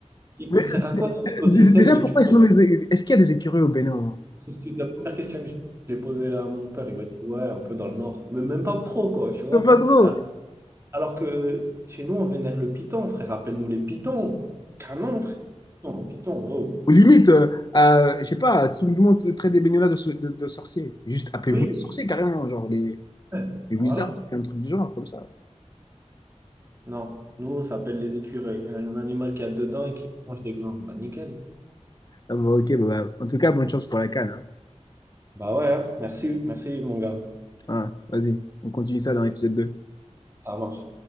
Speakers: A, on the right; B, on the left.
A: Il,
B: Mais,
A: il sert à quoi dans l'écosystème
B: euh, dé- déjà,
A: les
B: pourquoi
A: curieux?
B: ils se nomment les é- Est-ce qu'il y a des écureuils au Bénin? au moins
A: C'est ce que- la première question que j'ai posée à mon père. Il m'a dit, ouais, un peu dans le nord. Mais même pas trop, quoi, tu vois.
B: Pas trop.
A: Alors, alors que chez nous, on vénère le python, frère. Rappelle-nous les pythons. Canon, frère. Python, python, wow.
B: Ou limite, euh, euh, je sais pas, tout le monde traite des baignolas de, so- de- de sorciers. Juste appelez-vous
A: Oui,
B: les sorciers carrément, genre les,
A: ouais,
B: les wizards,
A: voilà.
B: un truc du genre, comme ça.
A: Non, nous, ça s'appelle les écureuils. Il y a un animal qui a dedans et qui mange des glandes. Bah, nickel.
B: Ah bon, ok, bon, ouais. En tout cas, bonne chance pour la canne. hein.
A: Bah ouais, hein. Merci, merci, mon gars.
B: Ah, vas-y, on continue ça
A: Ok,
B: dans l'épisode 2.
A: Ça marche.